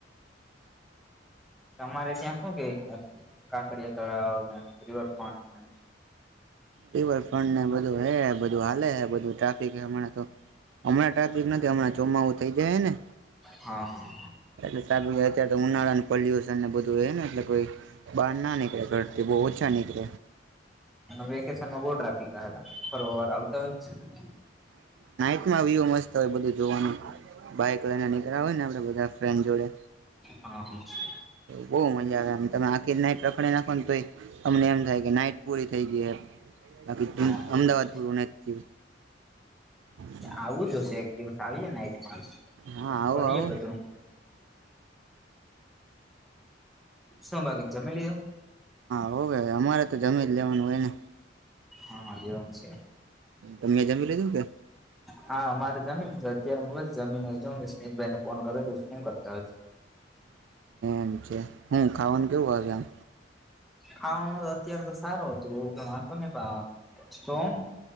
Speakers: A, in the centre; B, on the right (about 75°).
A: તમારે, ત્યાં શું કેય કાંકરિયા તળાવ, ને રિવરફ્રન્ટને
B: રિવરફ્રન્ટ ને બધું હે, બધું હાલે હે બધું ટ્રાફિક હ હમણા, તો હમણા, ટ્રાફિક નથી. હમણાં ચોમાવું થઇ જાયને
A: હા હા
B: એટલે અત્યારે, તો ઉનાળા ને પોલ્યુશન ને બધું એ ને એટલે કોઈ બહાર ના નીકળે ઘડતી બહુ ઓછા હી. ક્ર
A: વેકેશનમાં બોટી, ફ વાર આવતા હોય
B: વ મસ્ત હોય, બધું જોવાનું બાઈક લઈને, નીકળ આવેય ને આપડે બધા ફ્રેન્ડ જોડે.
A: હા હા
B: બહુ મજા, આવે તમે આખી નાઈટ રખડી નાખો ને. તો અમને એમ થાય કે નાઈટ પૂરી થઈ ગઈ, એ બાકી
A: હા
B: અમદાવાદ
A: એવું
B: પૂર નથી. હા
A: આવું જ હશે, એક દિવસ આવી જને
B: હા આવો
A: ફરીએ
B: આવો
A: બધું શુંભાગન છેમે લીજ.
B: હો, કે અમારે તો જમી જ લેવાનું હોય ને
A: હા, એવમ છે.
B: ત મેં જમી લેજો કે
A: હા, અમારે જમીન અત્યારે જમીન હ સ્મિતભાઈ ને ફોન કર્યો હતો, શું કરતા હ <inaudible>
B: એમ છે, હું ખાવાનું કેવું હશે, આમ
A: ખાવાનું તો અત્યારે તો સારું હતુ, બઉ કે વાતો ને સોમ.